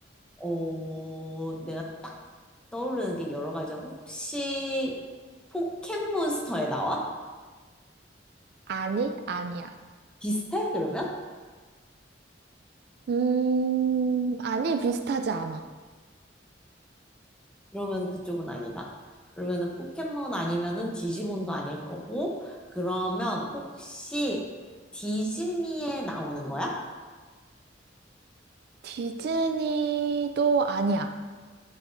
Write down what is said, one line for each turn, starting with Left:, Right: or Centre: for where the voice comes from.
Centre: 어, 내가 딱 떠오르는 게 여러 가지야. 혹시 포켓몬스터에 나와?
Right: 아니, 아니야.
Centre: 비슷해? 그러면?
Right: 음, 아니, 비슷하지 않아.
Centre: 그러면 그쪽은 아니다. 그러면은 포켓몬 아니면은 디지몬도 아닐 거고, 그러면 혹시 디즈니에 나오는 거야?
Right: 디즈니도 아니야.